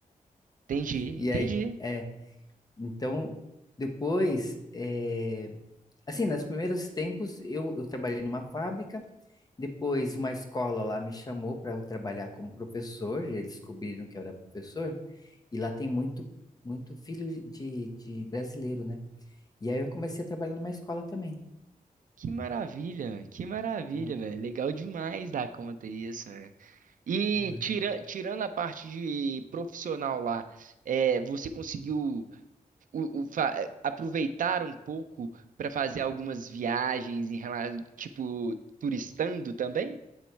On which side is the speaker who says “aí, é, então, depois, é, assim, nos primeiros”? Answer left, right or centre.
Left